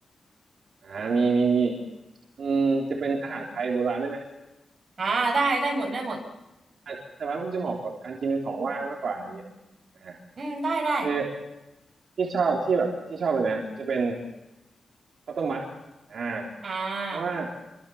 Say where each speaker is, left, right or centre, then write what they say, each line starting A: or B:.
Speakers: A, on the right; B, on the right.
A: ่ามีมีมีอืมจะเป็นอาหารไทยโบราณได้ไหม
B: อ่าได้ได้หมดได้หมด
A: อ่ะแต่ว่ามันจะเหมาะกับการกินเป็นของว่างมากกว่าอะไรเงี้ยอ่า
B: อืมได้ได้
A: คือที่ชอบที่แบบที่ชอบเลยนะจะเป็นข้าวต้มมัดอ่า
B: อ่า
A: เพราะว่า